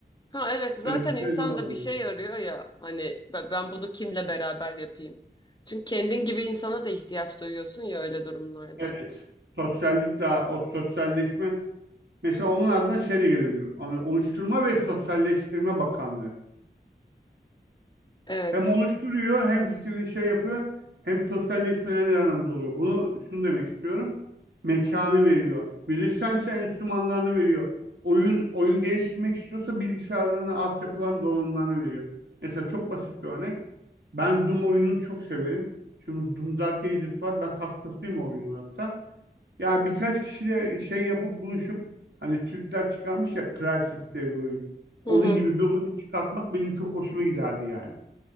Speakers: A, on the left (about 25°); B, on the right (about 75°).
A: Ha evet zaten
B: Öyle bir
A: insan
B: şey de olabilir.
A: da bir şey arıyor ya. Hani ben ben bunu kimle beraber yapayım? Çünkü kendin gibi insana da ihtiyaç duyuyorsun ya öyle durumlarda.
B: Evet. Sosyallik daha o sosyalleşme mesela onun adına şey de gelebilir. Hani oluşturma ve sosyalleştirme bakanlığı.
A: Evet.
B: Hem oluşturuyor hem fikirli şey yapıyor hem sosyalleşmelerine yardımcı oluyor. Bunu şunu demek istiyorum. Mekanı veriyor. Müzisyense enstrümanlarını veriyor. Oyun oyun geliştirmek istiyorsa bilgisayarlarını, altyapılarını, donanımlarını veriyor. Mesela çok basit bir örnek. Ben Doom oyununu çok severim. Şimdi Doom Dark Ages var. Ben hastasıyım o oyunun hatta. Yani birkaç kişiyle şey yapıp buluşup hani Türkler çıkarmış ya Crysis diye bir oyun. Onun
A: Hı hı
B: gibi bir oyun çıkartmak benim çok hoşuma giderdi yani.